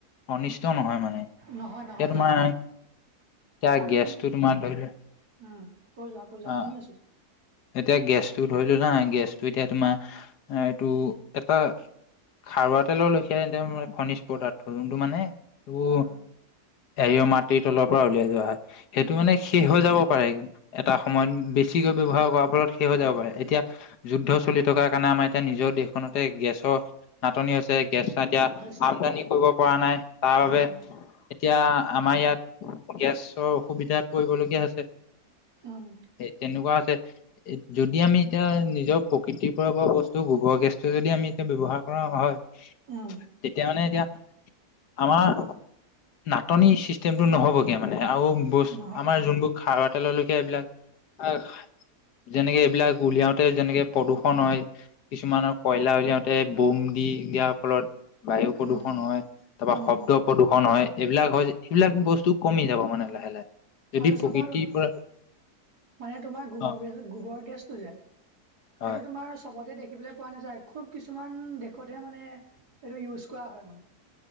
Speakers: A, on the left; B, on the right.
A: অনিষ্ট নহয় মানে এতিয়া
B: নহয় নহয়
A: তোমাৰ এয়া
B: আৰু
A: গেছটো
B: তুমি
A: তোমাৰ ধৰিলে
B: উম কৈ যোৱা কৈ যোৱা
A: আহ
B: শুনি আছো
A: এতিয়া গেছটো ধৰিলো না গেছটো এতিয়া তোমাৰ এইটো এটা খাৰুৱা তেলৰ লেখিয়া এক খনিজ পদাৰ্থ যোনটো মানে, এবো
B: অ
A: এৰিয় মাটিৰ তলৰ পৰা উলিয়াই যোৱা হয় সেইটো
B: উম
A: মানে শেষ হৈ যাব। পাৰে এটা সময়ত বেছিকৈ ব্যৱহাৰ কৰাৰ ফলত শেষ হৈ
B: উম
A: যাব পাৰে এতিয়া যুদ্ধ চলি থকাৰ কাৰণে আমাৰ এতিয়া নিজৰ দেশখনতে গেছৰ নাটনি হৈছে গেছ এতিয়া
B: হৈছে
A: আমদানি
B: অ
A: কৰিব পৰা নাই তাৰ বাবে
B: উম
A: এতিয়া আমাৰ ইয়াত গেছৰ অসুবিধাত পৰিবলগীয়া হৈছে।
B: উম
A: সেই তেনেকুৱা আছে এ যদি আমি এতিয়া নিজৰ প্ৰকৃতিৰ পৰা পোৱা বস্তু গোবৰ গেছটো যদি আমি এতিয়া ব্যৱহাৰ কৰা হয়
B: উম
A: তেতিয়া মানে এতিয়া, আমাৰ নাটনি চিষ্টেমটো নহবগে মানে, আৰু বস্তু
B: নহয়
A: আমাৰ
B: অ
A: যোনবোৰ খাৰুৱা তেল লৈকে এইবিলাক আহ যেনেকে এইবিলাক উলিয়াওতে যেনেকে প্ৰদূষন হয় কিছুমানৰ কয়লা উলিয়াওতে বম দি দিয়াৰ ফলত বায়ু প্ৰদূষণ
B: উম
A: হয় তাপা
B: উম
A: শব্দ প্ৰদূষণ হয়। এইবিলাক হয় এইবিলাক বস্তু কমি যাব মানে লাহে লাহে, যদি
B: আৰু
A: প্ৰকৃতিৰ
B: চাবা মানে
A: পৰা
B: তোমাৰ গোবৰ
A: অ
B: গে গোবৰ গেছটো যে সেইটো
A: হয়
B: তোমাৰ চবতে দেখিবলে পোৱা নাযায় খুব কিছুমান দেশতহে মানে এইটো ইউজ কৰা হয় মানে,